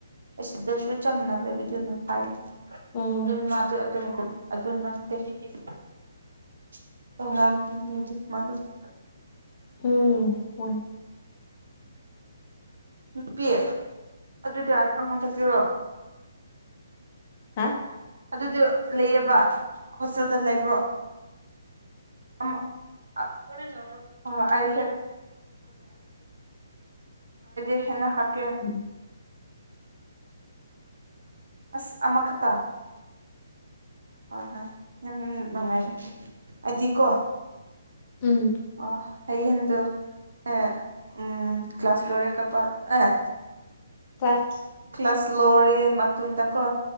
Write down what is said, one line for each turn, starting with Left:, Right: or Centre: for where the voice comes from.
Right: ꯑꯁꯤꯗꯁꯨ ꯆꯝꯅ ꯂꯩꯕꯤꯗꯨꯅ ꯐꯩ
Left: ꯎꯝ
Right: ꯑꯗꯨ ꯃꯥꯗꯤ ꯑꯗꯨꯝ <unintelligible>
Left: ꯎꯝ ꯍꯣꯏ
Right: ꯅꯨꯄꯤ ꯑꯗꯨꯗꯤ ꯑꯩꯉꯣꯟꯗ ꯄꯤꯔꯣ
Left: ꯍꯥ
Right: ꯑꯗꯨꯗꯤ ꯂꯩꯌꯦꯕ ꯍꯣꯁꯇꯦꯜꯗ ꯂꯩꯕ꯭ꯔꯣ ꯑꯃ ꯑꯥ ꯍꯣ ꯍꯣ ꯑꯩ <unintelligible> ꯍꯦꯅ ꯍꯣꯏ ꯀꯦ
Left: ꯎꯝ
Right: ꯑꯁ ꯑꯃꯈꯇꯥ ꯍꯣꯏ ꯍꯣꯏ ꯌꯥꯝ ꯅꯨꯡꯉꯥꯏꯔꯦ ꯑꯩꯗꯤꯀꯣ
Left: ꯎꯝ
Right: ꯑꯥ ꯍꯌꯦꯟꯗꯨ ꯑꯥ ꯎꯝ ꯀ꯭ꯂ꯭ꯂꯥꯁ ꯂꯣꯔꯛꯀꯄ ꯑꯦ
Left: ꯐꯁ
Right: ꯀ꯭ꯂ꯭ꯂꯁ ꯂꯣꯔꯦ ꯃꯇꯨꯟꯗꯀꯣ